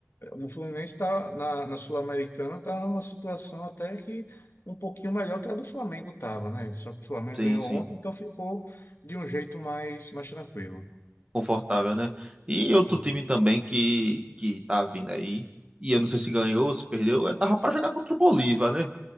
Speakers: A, on the left (about 55°); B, on the right (about 25°).
A: o Fluminense está na, na Sul-Americana, está numa situação até que um pouquinho melhor que a do Flamengo estava, né? Só que o Flamengo
B: Sim,
A: ganhou
B: sim.
A: ontem, então ficou de um jeito mais, mais tranquilo.
B: confortável, né? E outro
A: Exato.
B: time também que, que tá vindo aí, e eu não sei se ganhou, se perdeu, é, tava pra jogar contra o Bolívar, né?